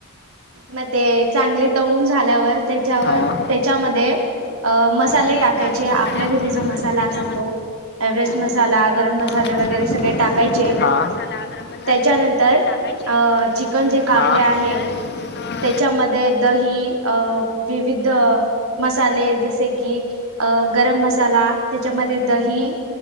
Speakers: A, on the right; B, on the left.
A: मग ते चांगले तळून झाल्यावर त्याच्यावर
B: हा
A: ते - त्या मसाले
B: ते
A: टाकायचे
B: चांगले
A: आपल्या
B: झाल्यावर
A: घरी
B: त्याच्यावर
A: जो मसाला
B: त्याच्यामध्ये
A: असेल तो. एव्हरेस्ट मसाला गरम मसाले
B: अ, मसाला
A: वगैरे सगळे
B: लवंग,
A: टाक टकायचे
B: हा. मसाला गरम मसाले
A: त्याच्यानंतर
B: वगैरे सगळे टाकायचे
A: चिकन जे कापले
B: हा त्यानंतर
A: आहे.
B: अ,
A: त्याच्यामध्ये दही अ विविध मसाले जसे की अ गरम मसाला त्याच्यामध्ये दही